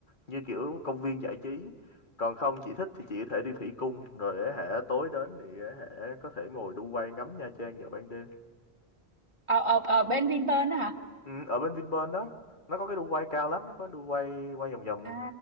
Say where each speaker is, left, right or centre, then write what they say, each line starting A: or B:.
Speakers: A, on the left; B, on the right.
A: như kiểu công viên giải trí còn không chị thích thì chị có thể đi thủy cung rồi á hả tối đến thì á hả có thể ngồi đu quay ngắm Nha Trang vào ban đêm
B: ở ở ờ bên Vinpearl đó hả
A: Ừ, ở bên Vinpearl đó nó có cái đu quay cao lắm nó có đu quay quay vòng vòng
B: à